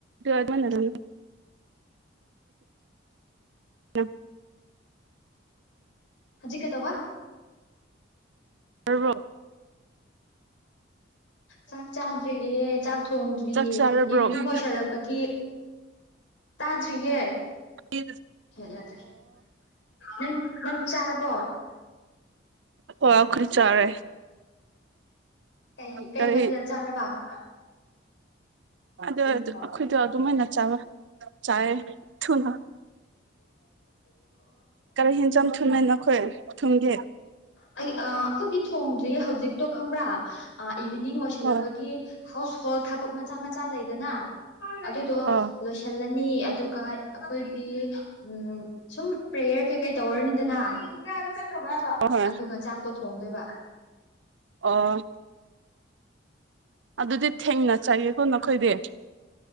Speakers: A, on the right; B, on the left.
A: ꯑꯗꯨꯃꯅꯔ ꯆꯞ
B: ꯍꯧꯖꯤ ꯀꯩꯗ ꯋꯥ
A: ꯔꯣ
B: ꯆꯥꯛ ꯆꯥꯗ꯭ꯔꯤꯌꯦ ꯆꯥꯛ ꯊꯣꯡꯗ꯭ꯔꯤꯌꯦ
A: ꯆꯥꯛ ꯆꯥꯔꯕ꯭ꯔꯣ
B: ꯏꯚꯤꯅꯤꯡ
A: ꯑꯣ
B: ꯑꯣꯏꯁꯜꯂꯛꯄꯒꯤ ꯇꯥꯖꯔꯤꯉꯦ
A: ꯎ
B: ꯌꯥꯗ꯭ꯔꯦ ꯅꯪ ꯅꯪꯗꯤ ꯆꯥꯔꯕꯣ
A: ꯍꯣꯏ ꯑꯈꯔꯤ ꯆꯥꯔꯦ
B: ꯀꯩ ꯀꯩ
A: ꯀꯔꯤ
B: ꯃꯊꯦꯜ ꯆꯥꯔꯕ <inaudible>
A: ꯑꯗꯨ
B: ꯉꯕ
A: ꯑꯩꯈꯣꯏꯗꯣ ꯑꯗꯨꯃꯥꯏꯅ ꯆꯥꯕ ꯆꯥꯏꯌꯦ ꯊꯨꯅ ꯀꯔꯤ ꯍꯦꯟꯖꯥꯡ ꯊꯨꯅ ꯅꯈꯣꯏ ꯊꯨꯡꯒꯦ
B: ꯑꯩꯈꯣꯏ ꯊꯣꯡꯗ꯭ꯔꯤ ꯍꯧꯖꯤꯛꯇꯣ ꯈꯪꯕ꯭ꯔꯥ ꯏꯚꯤꯅꯤꯡ ꯑꯣꯏꯁꯜꯂꯛꯄꯒꯤ
A: ꯍꯣꯏ
B: ꯍꯥꯎꯁ ꯍꯣꯜ ꯊꯕꯛ ꯃꯆꯥ ꯃꯆꯥ ꯂꯩꯗꯅ ꯑꯗꯨꯗꯣ
A: ꯑꯣ
B: ꯂꯣꯏꯁꯤꯜꯂꯅꯤ ꯑꯗꯨꯒ ꯑꯩꯈꯣꯏꯒꯤ ꯎ ꯁꯨꯝ ꯄ꯭ꯔꯦꯌꯔ ꯀꯩꯀꯩ ꯇꯧꯔꯅꯤꯗꯅ ꯈ꯭ꯔꯕ
A: ꯍꯣꯏ
B: ꯑꯗꯨꯒ ꯆꯥꯛꯇꯣ ꯊꯣꯡꯗꯣꯏꯕ
A: ꯑꯣ ꯑꯗꯨꯗꯤ ꯊꯦꯡꯅ ꯆꯥꯏꯒꯦꯀꯣ ꯈꯣꯏꯗꯦ